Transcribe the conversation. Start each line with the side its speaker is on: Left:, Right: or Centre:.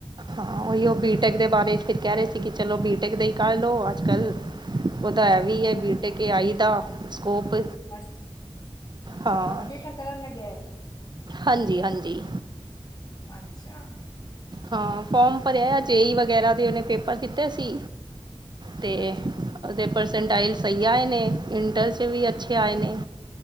Right: ਹਾਂ ਉਹੀ ਉਹ ਬੀਟੈਕ ਦੇ ਬਾਰੇ ਚ ਫਿਰ ਕਹਿ ਰਹੇ ਸੀ, ਕਿ ਚਲੋ ਬੀ ਬੀ ਟੈਕ ਦੇ ਹੀ ਕਹਿ ਲਓ ਅੱਜ ਕੱਲ੍ਹ, ਉਹ ਤਾਂ ਐ ਵੀ
Left: ਅੱਛਾ
Right: ਹੀ ਹੈ ਬੀਟੈਕ ਆਈ ਦਾ ਸਕੋਪ
Left: ਅੱ ਅੱਛਾ
Right: ਹਾਂ
Left: ਤੁਹਾਡਾ ਬੇਟਾ ਕਰਨ ਲੱਗਿਆ ਹੈ?
Right: ਹਾਂਜੀ -ਹਾਂਜੀ
Left: ਅੱਛਾ।
Right: ਹਾਂ ਫੋਰਮ ਭਰਿਆ, ਜੇ ਈ ਵਗੈਰਾ ਦੇ ਔ ਨੇ ਪੇਪਰ ਦਿੱਤੇ ਸੀ ਤੇ
Left: ਅੱਛਾ ਜੀ
Right: ਉਹਦੇ ਪਰਸੈਂਟਾਈਲ ਸਹੀ ਆਏ ਨੇ, ਇੰਟਰ 'ਚ ਵੀ ਅੱਛੇ ਆਏ ਨੇ